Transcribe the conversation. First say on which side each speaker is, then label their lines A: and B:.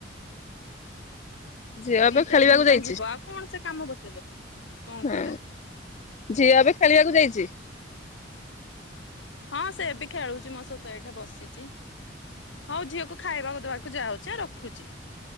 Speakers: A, on the left; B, on the left.
A: <inaudible>
B: ଝିଅ ଏବେ
A: ଦି
B: ଖେଳିବାକୁ
A: ଚାରି ଦିନ
B: ଯାଇଛି
A: ପାଇଁ ଯିବ ଆଉ କଣ ସେ କାମ ବତେଇବେ କଣ
B: ହଁ
A: କହିଲ?
B: ଝିଅ ଏବେ ଖେଳିବାକୁ ଯାଇଛି।
A: ହଁ ସେ ବି ଖେଳୁଛି ମୋ ସହିତ ଏଇଠା ବସିଛି। ହଉ ଝିଅକୁ ଖାଇବାକୁ ଦବାକୁ ଯାଉଛି ଆଁ ରଖୁଛି।